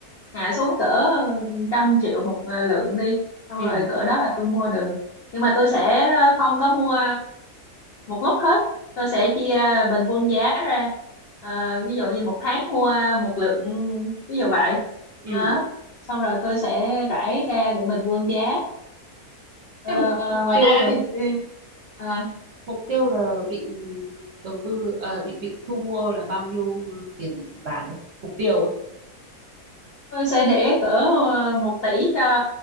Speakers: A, on the left; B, on the right.
A: hạ xuống cỡ ờ, trăm triệu một ờ, lượng đi xong
B: ừ
A: rồi cỡ đó là tôi mua được nhưng mà tôi sẽ không có mua một lúc hết tôi sẽ chia bình quân giá ra Ờ, ví dụ như một tháng mua một lượng ví dụ vậy
B: ừ
A: đó xong rồi tôi sẽ rải ra để bình quân giá Ờ,
B: thế mục mục
A: ngoài
B: tiêu
A: ra
B: là
A: thì ừ, à,
B: mục tiêu là định đầu tư à, định định thu mua là bao nhiêu tiền vàng đấy mục tiêu ấy.
A: tôi sẽ để cỡ ờ, một tỷ cho